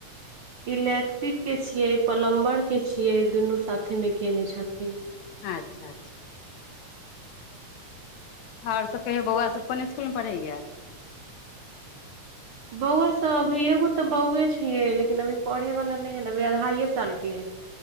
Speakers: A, on the right; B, on the left.
A: इलेक्ट्रिक के छियै प्लम्बर के छियै दुनू साथे मे केने छथिन
B: अच्छा अच्छा आओर सभ कहियौ बौआ सभ कोन इसकुलमे पढ़ैएा
A: बौआ सब अभी एगो तऽ बौए छियै लेकिन अभी पढ़ेवला नहि है ने अभी अढ़ाइए सालके है